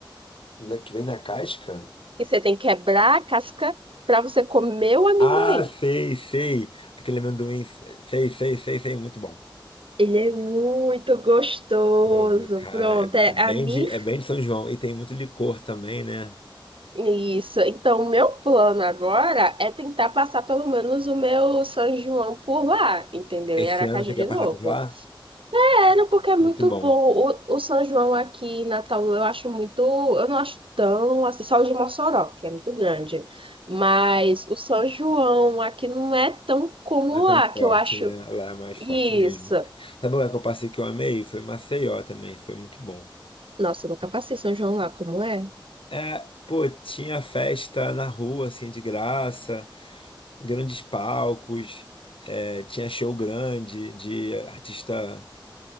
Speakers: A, on the left; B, on the right.
A: Na- Que vem na casca?
B: que você tem que quebrar a casca para você comer o amendoim.
A: Ah, sei, sei. Aquele amendoim, sei, sei, sei, sei, muito bom.
B: Ele é muito gostoso.
A: Gostoso. Cara,
B: Pronto,
A: é,
B: é
A: é bem
B: a minha.
A: de, é bem de São João. E tem muito licor também, né?
B: Isso. Então, o meu plano agora é tentar passar pelo menos o meu São João por lá, entendeu?
A: Esse
B: Em Aracaju
A: ano você quer
B: de
A: passar
B: novo.
A: por lá?
B: Sério, porque é muito
A: Muito bom.
B: bom. O, o São João aqui em Natal eu acho muito. Eu não acho tão. Assim, só o de Mossoró, que é muito grande. Mas o São João aqui não é tão como
A: Não é tão
B: lá,
A: forte,
B: que eu acho.
A: né? Lá é mais
B: Isso.
A: forte mesmo. Sabe o lugar que eu passei que eu amei? Foi Maceió também, foi muito bom.
B: Nossa, eu nunca passei São João lá, como é?
A: É, pô, tinha festa na rua, assim, de graça, grandes palcos, é, tinha show grande de artista